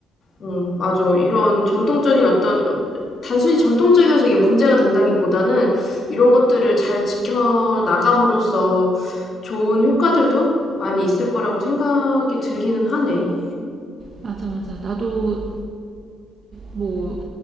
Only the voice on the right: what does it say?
맞아, 맞아. 나도 뭐